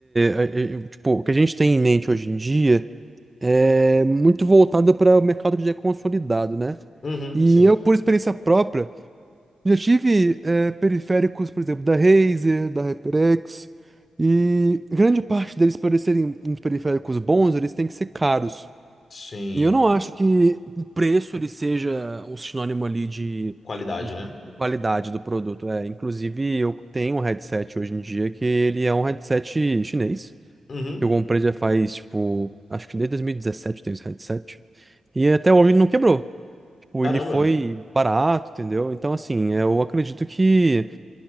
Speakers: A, on the right; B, on the left.
A: eh, eh, tipo, o que a gente tem em mente hoje em dia é muito voltado para o mercado que já é consolidado, né?
B: Uhum,
A: E
B: sim.
A: eu, por experiência própria, já tive eh, periféricos, por exemplo, da Razer, da HyperX, e grande parte deles, para eles serem uns periféricos bons, eles têm que ser caros.
B: Sim.
A: E eu não acho que o preço ele seja um sinônimo ali de,
B: Qualidade,
A: de
B: né?
A: qualidade do produto. É, inclusive, eu tenho um headset hoje em dia que ele é um headset chinês,
B: Uhum.
A: que eu comprei já faz, tipo, acho que desde 2017 eu tenho esse headset. E até hoje ele não quebrou. Tipo,
B: Caramba,
A: ele foi barato, entendeu? Então, assim, eu acredito que